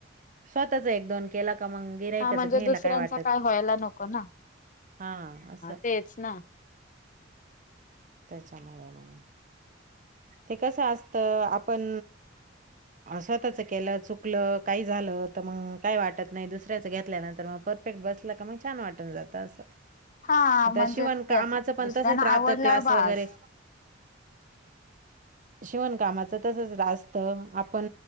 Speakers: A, on the right; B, on the left.
A: स्वतःच एक दोन केला का मग गिरायकच
B: हा म्हणजे
A: घ्यायला
B: दुसऱ्यांचा
A: काय वाटत नाही.
B: व्हायला नको ना
A: हा असं
B: तेच ना.
A: त्याच्यामुळे मग ते कसं असतं आपण स्वतःच केलं चुकलं काही झालं तर मग काय वाटत नाही दुसऱ्याचं घेतल्यानंतर मग परफेक्ट बसल का मग छान वाटून जात असं.
B: हा
A: आता
B: म्हणजे
A: शिवण
B: त्यां
A: कामाचं पण
B: दुसऱ्यांना
A: तसंच राहतं
B: आवडल
A: क्लास
B: बास.
A: वगैरे शिवणकामाचं तसच असतं आपण